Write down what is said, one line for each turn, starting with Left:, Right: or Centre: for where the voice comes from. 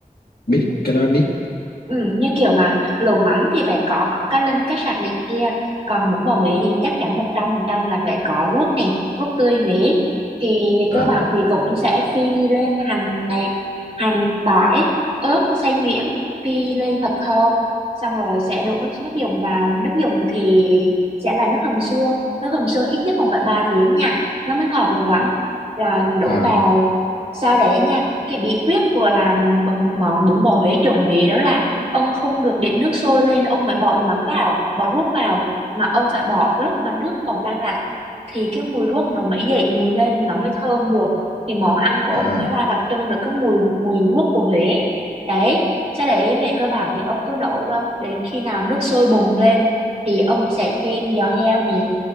Left: biết cái đó biết
Right: Ừ, như kiểu mà lẩu mắm thì phải có mắm cá linh cá sặc này kia còn bún bò Huế thì chắc chắn 100% là phải có ruốc này ruốc tươi Huế thì về
Left: Ờ,
Right: cơ bản thì cũng sẽ phi lên hành này hành tỏi ớt xay nhuyễn phi lên thật thơm xong rồi sẽ đổ nước nước dùng vào nước dùng thì sẽ là nước hầm xương nước hầm xương ít nhất còn phải 3 tiếng nha nó mới ngọt được lắm rồi mình đổ
Left: ờ,
Right: vào sau đấy nha cái bí quyết của làm bò- món bún bò Huế chuẩn Huế đó là ông không được để nước sôi lên ông mới bỏ mắm vào bỏ ruốc vào mà ông phải bỏ lúc mà nước còn đang là thì cái mùi ruốc nó mới dậy mùi lên mà nó mới thơm được thì món ăn của
Left: ờ,
Right: ông mới ra đặc trưng được cái mùi mùi ruốc của Huế đấy sau đấy về cơ bản thì ông cứ nấu cho đến khi nào nước sôi bùng lên thì ông sẽ thêm giò heo này